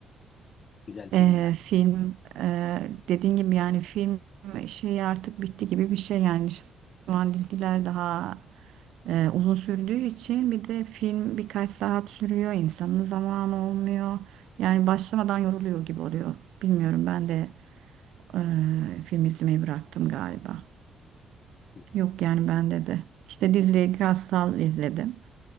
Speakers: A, on the left; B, on the right.
A: Güzel film
B: Ee,
A: yani.
B: film e, dediğin gibi yani film şeyi artık bitti gibi bir şey yani şu an diziler daha e, uzun sürdüğü için bir de film birkaç saat sürüyor insanın zamanı olmuyor yani başlamadan yoruluyor gibi oluyor bilmiyorum ben de e, film izlemeyi bıraktım galiba
A: Hı
B: yok yani bende de işte diziyi Gassal izledim